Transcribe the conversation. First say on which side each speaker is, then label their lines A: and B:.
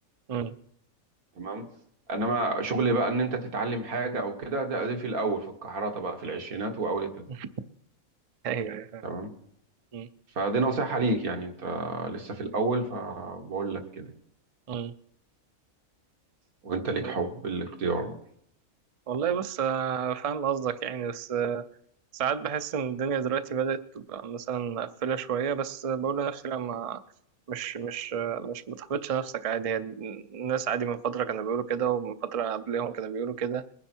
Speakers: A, on the right (about 60°); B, on the right (about 85°).
A: مم.
B: تمام انما شغل بقى ان انت تتعلم حاجه او كده ده ده في الاول في الكحرته بقى في العشرينات واول الثلاثينات
A: <laughs> ايوه أيوة، فاهم.
B: تمام
A: مم.
B: فدي نصيحه ليك يعني انت لسه في الاول فبقول لك كده
A: مم.
B: وانت ليك
A: مم.
B: حب الاختيار بقى
A: والله بس آه، فاهم قصدك يعني بس آه، ساعات بحس ان الدنيا دلوقتي بدأت تبقى مثلا مقفلة شوية بس آه، بقول لنفسي لا ما مش مش آه، مش متحبطش نفسك عادي هي الناس عادي من فترة كانوا بيقولوا كده ومن فترة قبلهم كانوا بيقولوا كده